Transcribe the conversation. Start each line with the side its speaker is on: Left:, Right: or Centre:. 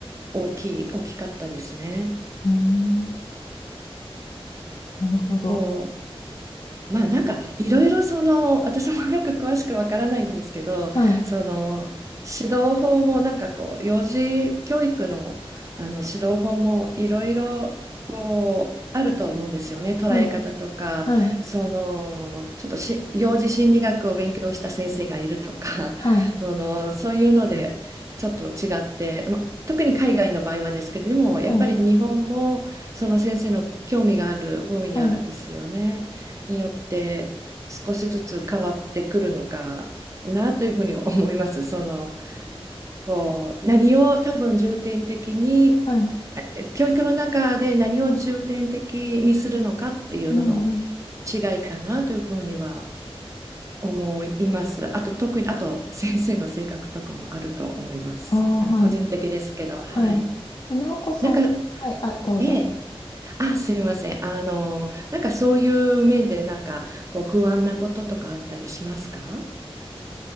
Right: 大きい、大きかったですね。
Left: ーん。なるほど。
Right: こうまあなんかいろいろその私もよく詳しくわからないんですけどその指導法もなんかこう幼児教育の、
Left: はい。
Right: あの指導法もいろいろこうあると思うんですよね捉え方とかそのちょっとし幼児心理学を勉強した先生がいるとか
Left: はい。はい。はい。
Right: <laughs> そのそういうのでちょっと違って、まあ特に海外の場合はですけれどもやっぱり日本もその先生の興味がある分野ですよね。
Left: はい。はい。
Right: によって少しずつ変わってくるのかなというふうに思います。その、こう、何を多分重点的に、
Left: はい。
Right: え教育の中で何を重点的にするのかっていうのの
Left: うんうん。
Right: 違いかなというふうには思います。あと、特に、あと、先生の性格とかもあると思います。
Left: ああ、
Right: あの、
Left: はい。
Right: 個人的ですけど、はい。
Left: はい。え、なおこさんは、
Right: なんか、
Left: はい。あ、どうぞ。
Right: ええあ、すいません。あの、なんかそういう面で、なんかこう不安なこととかあったりしますか